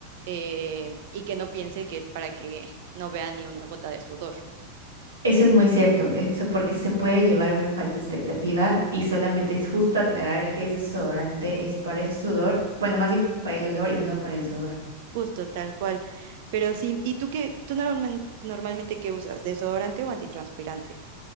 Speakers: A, on the right; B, on the right.
A: eh, y que no piense que es para que no vea ni una gota de sudor.
B: Eso es muy cierto, eso, porque se puede llevar una falsa expectativa y solamente es justo aclarar que es desodorante, es para el sudor, bueno, más bien para el olor y no para el sudor.
A: Justo, tal cual. Pero sí, ¿y tú qué, tú norman- normalmente qué usas? ¿Desodorante o antitranspirante?